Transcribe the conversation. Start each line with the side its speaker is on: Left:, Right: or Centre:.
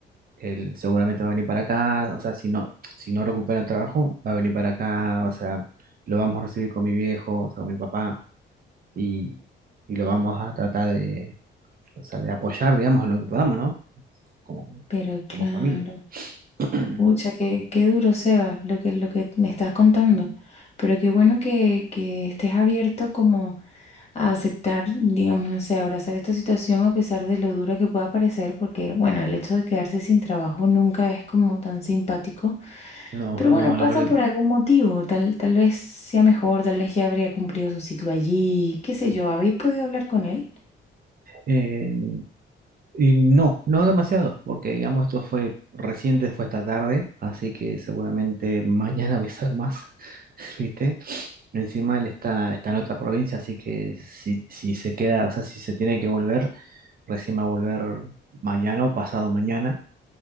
Right: él seguramente va a venir para acá, o sea, si no, si no recupera el trabajo, va a venir para acá, o sea, lo vamos a recibir con mi viejo, o sea, con mi papá, y, y lo vamos a tratar de, o sea, de apoyar, digamos, en lo que podamos, ¿no? Como,
Left: Pero
Right: como
Left: claro.
Right: familia. <clears throat>
Left: Pucha, qué, qué duro, Seba, lo que, lo que me estás contando. Pero qué bueno que, que estés abierto como a aceptar, digamos, no sé, abrazar esta situación a pesar de lo dura que pueda parecer, porque bueno, el hecho de quedarse sin trabajo nunca es como tan simpático.
Right: No,
Left: Pero bueno,
Right: no,
Left: pasa
Right: lo creo
Left: por
Right: que no.
Left: algún motivo, tal, tal vez sea mejor, tal vez ya habría cumplido su ciclo allí, qué sé yo, ¿habéis podido hablar con él?
Right: Eh, y no, no demasiado, porque digamos esto fue reciente, fue esta tarde, así que seguramente mañana voy a hacer más, <laughs> ¿viste? Encima él está, está en otra provincia, así que si, si se queda, o sea, si se tiene que volver, recién va a volver mañana o pasado mañana.